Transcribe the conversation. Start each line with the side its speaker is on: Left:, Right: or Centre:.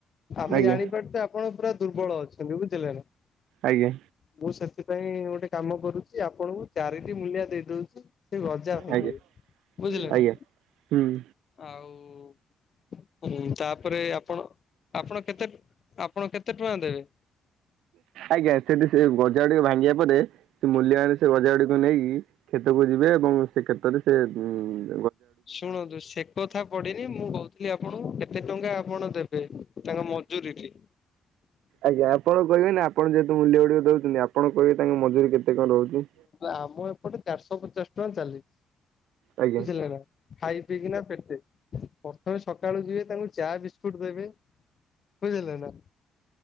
Left: ଆମେ
Right: ଆଜ୍ଞା
Left: ଜାଣିପାରୁଛୁ ଆପଣ ପୁରା ଦୁର୍ବଳ ଅଛନ୍ତି। ବୁଝିଲେ ନା?
Right: ଆଜ୍ଞା।
Left: ମୁଁ ସେଥିପାଇଁ ଗୋଟେ କାମ କରୁଛି। ଆପଣଙ୍କୁ ଚାରିଟି ମୂଲିଆ ଦେଇ ଦଉଛି। ସେ ଗଜା ଭାଙ୍ଗିବେ।
Right: ଆଜ୍ଞା
Left: ବୁଝିଲେ
Right: ଆଜ୍ଞା
Left: ନା?
Right: ହୁଁ
Left: ଆଉ ହୁଁ। ତାପରେ ଆପଣ ଆପଣ କେତେ ଆପଣ କେତେ ଟଙ୍କା ଦେବେ?
Right: ଆଜ୍ଞା। ସେଠି ସେ ଗଜା ଗୁଡିକ ଭାଙ୍ଗିବା ପରେ ସେ ମୂଲିଆ ମାନେ ସେ ଗଜକ ଗୁଡିକୁ ନେଇକି କ୍ଷେତକୁ ଯିବେ ଏବଂ ସେ କ୍ଷେତରେ ସେ ଉମ୍
Left: ଶୁଣନ୍ତୁ। ସେ କଥା ପଡି ମୁଁ କହୁଥିଲି ଆପଣଙ୍କୁ କେତେ ଟଙ୍କା ଆପଣ ଦେବେ ତାଙ୍କ ମଜୁୁରୀରେ?
Right: ଆଜ୍ଞା। ଆପଣ କହିବେ ନା ଆପଣ ଯେହେତୁ ମୂଲ୍ୟ ଗୁଡିକ ଦଉଛନ୍ତିଲ ଆପଣ କହିବେ ତାଙ୍କ ମଜୁରୀ କେତେ କଣ ରହୁଛି?
Left: ଆମ ଏପଟେ ଚାରିଶହ ପଚାଶ ଟଙ୍କା ଚାଲିଛି
Right: ଆଜ୍ଞା।
Left: ବୁଝିଲେ ନା? ଖାଇ ପିଇକିନା ପେଟେ। ପ୍ରଥମେ ସକାଳୁ ଯିବେ ତାଙ୍କୁ ଚା ବିସ୍କୁଟ ଦେବେ। ବୁଝିଲେ ନା?